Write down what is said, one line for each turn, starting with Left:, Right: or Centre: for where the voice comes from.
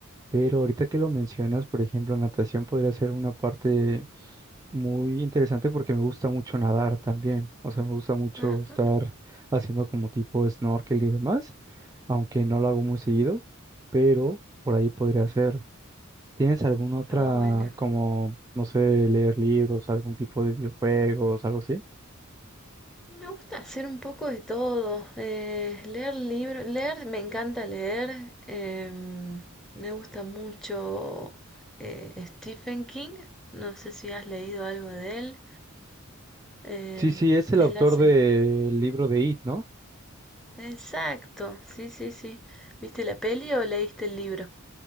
Right: Pero ahorita que lo mencionas, por ejemplo, natación podría ser una parte muy interesante porque me gusta mucho nadar también, o sea, me gusta mucho
Centre: ajá,
Right: estar haciendo como tipo snorkel y demás, aunque no lo hago muy seguido, pero por ahí podría ser. ¿Tienes alguna otra
Centre: está bueno.
Right: como, no sé, leer libros, algún tipo de videojuegos, algo así?
Centre: Me gusta hacer un poco de todo. eh, leer libros, leer, me encanta leer. em, me gusta mucho eh, Stephen King. No sé si has leído algo de él. em,
Right: Sí, sí, es el
Centre: él
Right: autor
Centre: hace...
Right: del libro de It, ¿no?
Centre: Exacto, sí, sí, sí. ¿Viste la peli o leíste el libro?